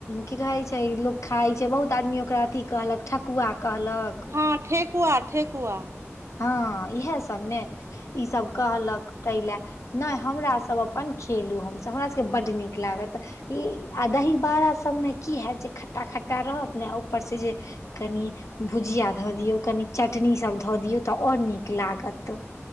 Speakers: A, on the left; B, on the right.
A: की कहैत छै। लोक खाइ छै। बहुत आदमी ओकरा अथि कहलक ठकुआ कहलक।
B: हँ, ठेकुआ ठेकुआ।
A: हँ इएह सभ ने ईसभ कहलक ताहि ले ने हमरा सभ अपन खेलहुँ, हमसभ हमरा सभके बड्ड नीक लागत। आ दही बड़ा सभमे की होइत जे खट्टा खट्टा रहत ने आ ऊपरसँ जे कनि भुजिया धऽ दियौ, कनि चटनीसभ धऽ दियौ तऽ आओर नीक लागत।